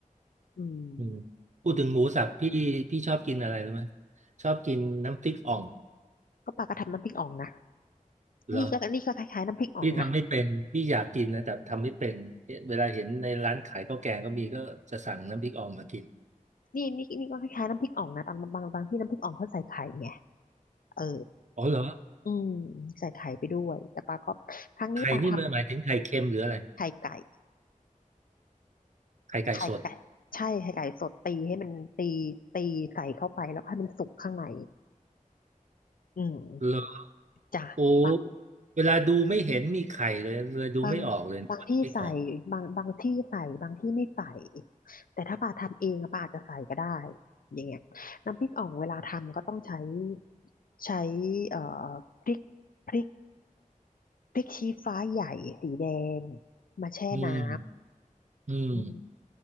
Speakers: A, on the left; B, on the right.
A: อืม
B: อืมพูดถึงหมูสับพี่พี่ชอบกินอะไรรู้ไหมชอบกินน้ำพริกอ่อง
A: ก็ปลาก็ทำน้ำพริกอ่องนะ
B: เหรอ
A: นี่ก็นี่ก็คล้ายๆน้ำพริกอ่องนะ
B: พี่ทำไม่เป็นพี่อยากกินนะแต่ทำไม่เป็นเวลาเห็นในร้านขายข้าวแกงก็มีก็จะสั่งน้ำพริกอ่องมากิน
A: นี่นี่นี่ก็คล้ายๆน้ำพริกอ่องนะตามบางบางที่น้ำพริกอ่องเขาใส่ไข่ไงเออ
B: อ๋อเหรอ
A: อืมใส่ไข่ไปด้วยแต่ปลาก็ครั้งนี้ปลาท
B: ไข่นี่มันหมายถึงไข่เค็มหรืออะไร
A: ำไข่ไก่
B: ไข่ไก่สด
A: ไข่ไก่ใช่ไข่ไก่สดตีให้มันตีตีใส่เข้าไปแล้วให้มันสุกข้างในอืม
B: เหรอ
A: จ้ะ
B: โอ้เวลาดูไม่เห็นมีไข่เลยเลยดูไม่ออกเลยว่าน้ำพริกอ่อง
A: บางบางที่ใส่บางบางที่ใส่บางที่ไม่ใส่แต่ถ้าปาทำเองอะปาอาจจะใส่ก็ได้อย่างเงี้ยน้ำพริกอ่องเวลาทำก็ต้องใช้ใช้เอ่อพริกพริกพริกชี้ฟ้าใหญ่สีแดงมาแช่น้
B: อืมอืม
A: ำอืม